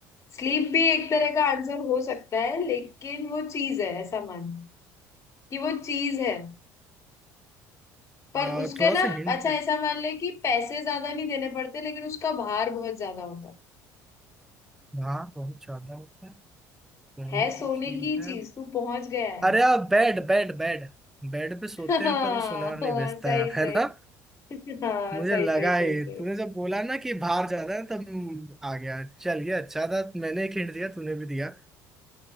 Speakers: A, on the left; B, in the centre.
A: स्लीप भी एक तरह का आंसर हो सकता है लेकिन वो चीज है ऐसा मान कि वो चीज है पर
B: आ,
A: उसके
B: थोड़ा
A: ना
B: सा हिंट
A: अच्छा ऐसा मान ले कि पैसे ज्यादा नहीं देने पड़ते लेकिन उसका भार बहुत ज्यादा होता है
B: हाँ बहुत ज्यादा होता है सोने
A: है
B: की
A: सोने
B: चीज
A: की
B: है
A: चीज तू पहुंच गया है
B: अरे आप बेड बेड बेड बेड पे सोते
A: <laughs> हाँ
B: हैं पर वो सुनार नहीं
A: हाँ,
B: भेजता
A: सही
B: है
A: सही
B: है ना
A: <laughs> हाँ
B: मुझे
A: सही
B: लगा
A: सही सही
B: ही
A: सही
B: तूने जब बोला ना कि बाहर जाता है तब आ गया चल ये अच्छा था मैंने एक हिंट दिया तूने भी दिया